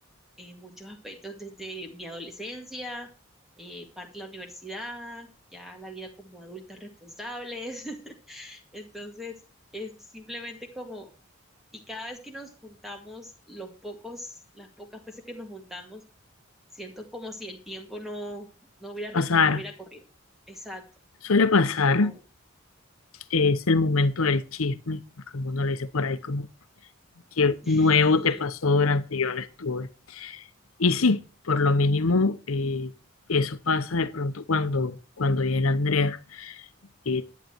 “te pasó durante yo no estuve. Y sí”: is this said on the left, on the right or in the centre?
Left